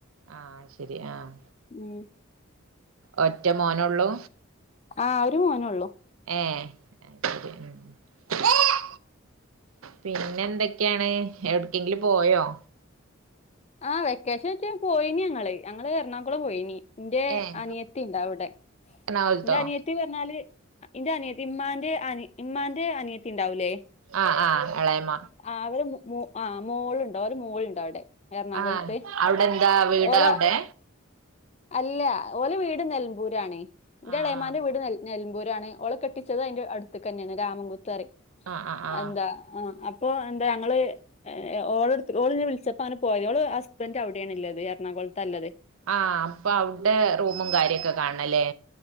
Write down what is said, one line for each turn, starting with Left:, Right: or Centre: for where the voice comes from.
Right: ആഹ് അയ് ശരി ആഹ്
Left: ഉം
Right: ഒറ്റ മോനൊള്ളൂ
Left: ആഹ് ഒരു മോന് ഒള്ളൂ
Right: എഹ് ശെരി ഉം ഉം പിന്നെ എന്തൊക്കെയാണ് എവ്ടക്കെങ്കിലും പോയോ
Left: ആ വെക്കേഷൻ വെച്ച പോയിനി. ഞങ്ങള് ഞങ്ങൾ എറണാകുളം പോയിനി. ഇന്റെ
Right: ഏഹ്
Left: അനിയത്തി ഉണ്ട് ഔടെ.
Right: എറണാകുളത്തോ
Left: ഇന്റെ അനിയത്തി ത്തി പറഞ്ഞാല്. ഇന്റെ അനിയത്തി ഇമ്മാന്റെ അ ഇമ്മാന്റെ അനിയത്തി ഇണ്ടാവൂല്ലേ
Right: ആഹ് ആഹ് എളേയ്മ
Left: ആഹ് അവര് ആ മോള്ണ്ട് ഓലെ മോള്ണ്ട് അവ്ടെ എറണാകുളത്ത്
Right: ആഹ് അവിടെ എന്താ വീട്
Left: ഓല
Right: അവിടെ
Left: അല്ല ഓലെ വീട് നെലമ്പൂരാണ്. ഇന്റെ
Right: ആഹ്
Left: എളേമാന്റെ വീട് ന നെൽമ്പൂരാണ് ഓളെ കെട്ട് ട്ടിച്ചത് അയ്ന്റെ അടുത്ത് ക്കെന്നേണ് രാമംകുത്തറിം
Right: ആഹ് ആഹ് ആഹ്
Left: അഎന്താ
Right: ആഹ്
Left: ഇപ്പൊ എന്താ ഞങ്ങള് ഓളടു ഓളിനെ വിളിച്ച അങ്ങന പോയ്. ഓള് ഹസ്ബന്റ് അവിടെയാണ്ണ്ല്ലത് എറണാകുളത്തല്ലത്.
Right: ആഹ് അപ്പൊ അവിടെ റൂമും കാര്യംക്കെ കാണ് ണല്ലേ